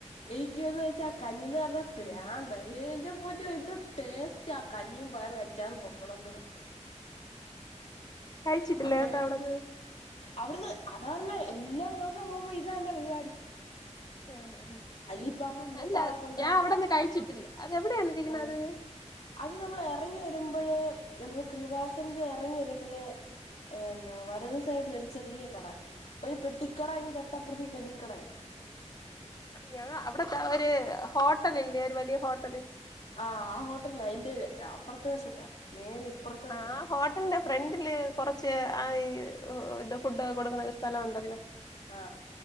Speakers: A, on the left; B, on the left.
A: എനിക്ക് എന്ന് വെച്ചാ കഞ്ഞിയെന്ന് പറഞ്ഞ ഭ്രാന്താ എന്റെ പൊന്നോ എന്തോ ടേസ്റ്റ് ആ കഞ്ഞിയും പയറും അ ച്ചാറും പപ്പടം കൂടെ
B: കഴിച്ചിട്ടില്ലേ
A: അപ്പ
B: ഏട്ടൻ അവിടന്ന്
A: അവിടുന്ന് അതാ പറഞ്ഞേ എല്ലാ മാസം പോവുമ്പോ ഇതാ എന്റെ പരിപാടി
B: ആ ആ
A: അല്ലിപ്പ അമ്മ മൂത്ത
B: അല്ല
A: ആളെ കൊണ്ട്
B: ഞാൻ അവിടന്ന് കഴിച്ചിട്ടില്ല അത് എവിടെയാണിരിക്കണത്?
A: ഏഹ് അത് നമ്മൾ ഇറങ്ങി വരുമ്പോഴേ നമ്മള് കൃവാസന ഇറങ്ങി വരുമ്പോഴേ ഏ എന്താ വലതുസൈ സൈഡിൽ ഒരു ചെറിയ കട. ഒരു പെട്ടിക്കട അതിന് തൊട്ടപ്പുറത്തി കഞ്ഞിക്കടയാ.
B: ഞങ്ങ അവിടത്തെ ഒരു ഹോട്ടൽ ഇല്ലേ ഒരു വലിയ ഹോട്ട
A: ആ ആ ഹോട്ടലാ അതിന്റെ <unintelligible> നേരെ ഇപ്പുറത്തെ വശത്താ
B: ആ ഹോട്ടലിന്റെ ഫ്രണ്ടില് കുറച്ച് ആ ഇത് ഫുഡ് കൊടുക്കണ സ്ഥലം ഉണ്ടല്ലോ?
A: ആ